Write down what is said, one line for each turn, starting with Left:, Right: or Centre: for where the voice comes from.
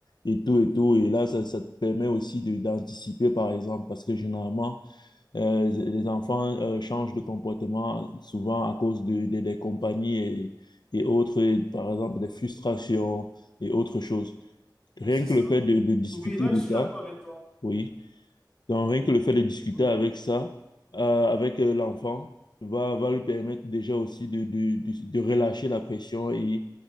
Left: et tout et tout. Et là, ça, ça te permet aussi de, d'anticiper, par exemple, parce que généralement, euh, les enfants euh, changent de comportement souvent à cause de- de- des compagnies et, et autres, et par exemple des frustrations et autres choses. Rien
Centre: Oui, c'est ça.
Left: que le fait de, de discuter
Centre: Oui, là,
Left: de
Centre: je suis d'accord
Left: ça,
Centre: avec toi.
Left: oui. Donc rien que le fait de discuter
Centre: Oui.
Left: avec ça, euh, avec euh, l'enfant, va, va lui permettre déjà aussi de, de, de, de relâcher la pression et